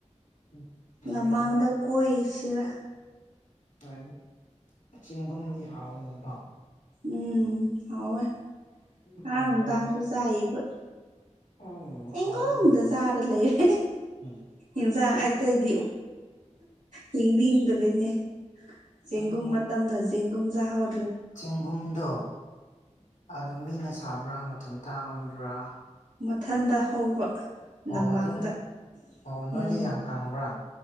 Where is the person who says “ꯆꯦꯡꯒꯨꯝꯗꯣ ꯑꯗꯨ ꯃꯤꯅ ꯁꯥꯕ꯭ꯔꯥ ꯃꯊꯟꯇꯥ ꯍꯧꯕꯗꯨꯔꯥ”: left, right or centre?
Left